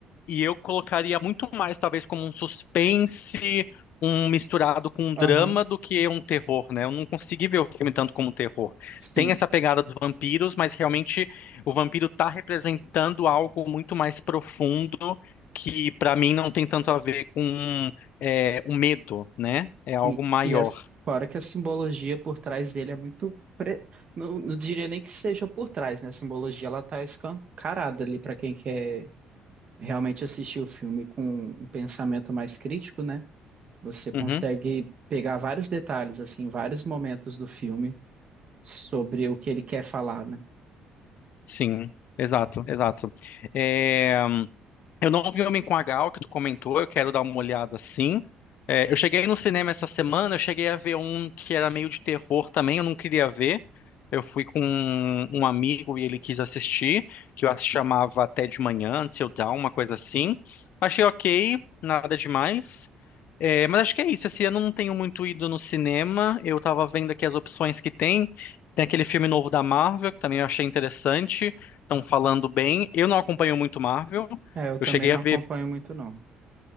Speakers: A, on the left (about 65°); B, on the right (about 40°).
A: e eu colocaria muito mais, talvez, como um suspense, um misturado com um
B: Aham,
A: drama do que um terror, né? Eu não consegui ver o filme tanto como um terror.
B: sim,
A: Tem essa pegada dos vampiros, mas realmente o vampiro está representando algo muito mais profundo que para mim não tem tanto a ver com é, o medo, né? É algo
B: sim.
A: maior.
B: E as, fora que a simbologia por trás dele é muito. pre- Não, não diria nem que seja por trás, né? A simbologia ela tá escancarada ali para quem quer realmente assistir o filme com um pensamento mais crítico, né? Você consegue
A: Uhum,
B: pegar vários detalhes, assim, vários momentos do filme sobre o que ele quer falar, né?
A: sim, exato, exato. É, Eu não vi Homem com a Gal, que tu comentou, eu quero dar uma olhada sim. É, eu cheguei no cinema essa semana, eu cheguei a ver um que era meio de terror também, eu não queria ver. Eu fui com um um amigo e ele quis assistir, que eu acho que chamava Até de Manhã, Antes eu Dawn, uma coisa assim. Achei ok, nada demais. É, mas acho que é isso, esse ano eu não tenho muito ido no cinema, eu tava vendo aqui as opções que tem. Tem aquele filme novo da Marvel, que também eu achei interessante, estão falando bem. Eu não acompanho muito Marvel.
B: É, eu também
A: Eu cheguei
B: não
A: a ver.
B: acompanho muito, não.